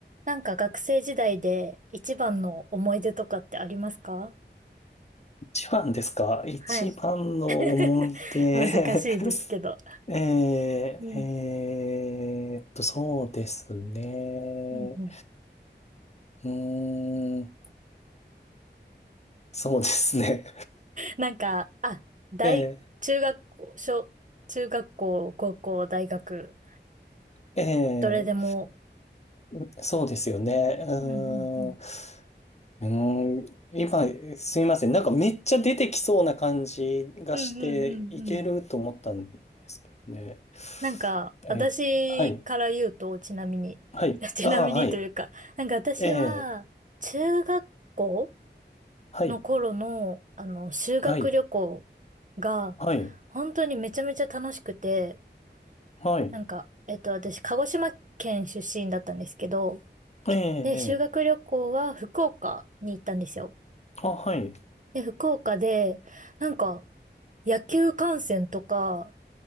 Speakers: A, on the right (about 45°); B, on the left (about 35°).
A: なんか学生時代で一番の思い出とかってありますか
B: 一番ですか一番の思い出
A: はい。<laughs> 難しいですけど。
B: <laughs> えー、
A: うん。
B: えーっと、そうですね。
A: うんうん。
B: うーん、そうですね。
A: なんか、あ、大、
B: <laughs> え
A: 中学校、小、中学校、高校、大学、
B: ー、え
A: どれでも。
B: ー、そうですよね。うー
A: うんうんうん。
B: ん、うーん、今、すいません。なんかめっちゃ出てきそうな感じがして、
A: うんうんうんうん。
B: いけると思ったんですけどね。
A: なんか、私から言うと、
B: えーはい、
A: ちなみに、
B: はい、
A: <laughs> ちなみにというか、
B: ああ、はい、
A: なんか私は、
B: ええ
A: 中学校
B: はい。
A: の頃の、あの、修学旅行
B: はい。
A: が、
B: はい。
A: 本当にめちゃめちゃ楽しくて、
B: はい。
A: なんか、えっと、私、鹿児島県出身だったんですけど、
B: ええ、ええ。
A: で、修学旅行は福岡に行ったんですよ。
B: あ、はい。
A: で、福岡で、なんか、野球観戦とか、